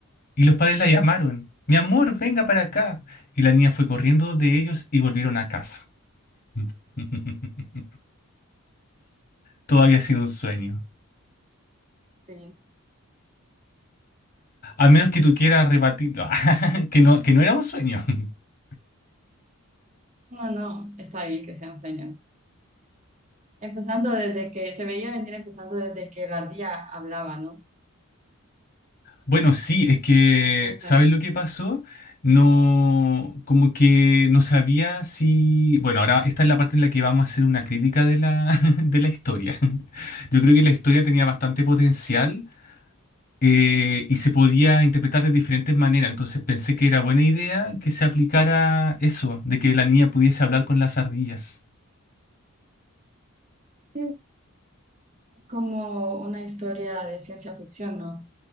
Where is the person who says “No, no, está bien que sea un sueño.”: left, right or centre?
Right